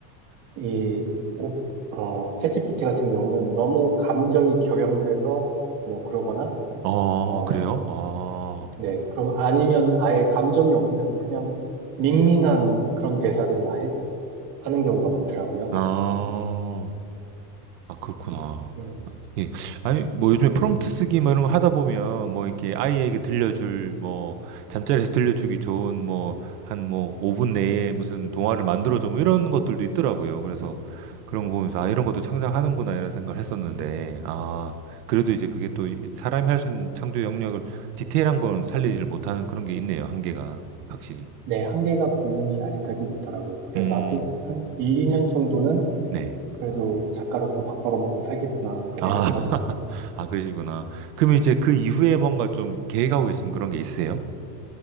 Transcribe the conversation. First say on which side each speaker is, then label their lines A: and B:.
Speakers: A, on the right; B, on the right.
A: 이, 오- 어, 챗GPT 같은 경우는 너무 감정이 격양돼서 뭐 그러거나,
B: 아,
A: 어,
B: 그래요? 아,
A: 네, 그럼 아니면 아예 감정이 없는 그냥 밍밍한 그런 대사들을 해- 하는 경우가 많더라고요.
B: 아, 아, 그렇구나.
A: 음,
B: 예. 아니, 뭐 요즘에 프롬프트 쓰기 뭐 이런 거 하다 보면 뭐 이렇게 아이에게 들려줄 뭐 잠자리에서 들려주기 좋은 뭐 한 뭐 5분 내에 무슨 동화를 만들어줘 뭐 이런 것들도 있더라고요. 그래서 그런 거 보면서 아, 이런 것도 창작하는구나 이런 생각을 했었는데 아, 그래도 이제 그게 또 이- 사람이 할 수 있는 창조 영역을 디테일한 거는 살리지를 못하는 그런 게 있네요. 한계가 확실히.
A: 네, 한계가 분명히 아직까지는 있더라고요. 그래서
B: 음,
A: 아직 한 1, 2년 정도는
B: 네.
A: 그래도 작가로서 밥 벌어먹고 살겠구나, 그
B: 아,
A: 생각을
B: <laughs>
A: 하고 있어요.
B: 아, 그러시구나. 그럼 이제 그 이후에 뭔가 좀 계획하고 계신 그런 게 있으세요?